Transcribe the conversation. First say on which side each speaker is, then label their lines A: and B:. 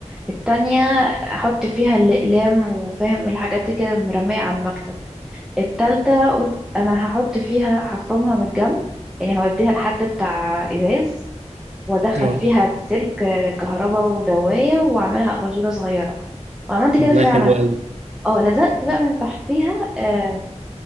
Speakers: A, in the centre; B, on the right.
A: التانية أحط فيها الأقلام وفاهم الحاجات كده مرمية على المكتب التالتة قلت أنا هحط فيها هفرمها من الجنب يعني هوديها لحد بتاع إزاز وأدخل
B: اه
A: فيها سلك كهرباء ودواية وأعملها أباجورة صغيرة وعملت كده
B: والله
A: فعلا
B: حلو قوي
A: اه لزقت بقى من تحتيها آه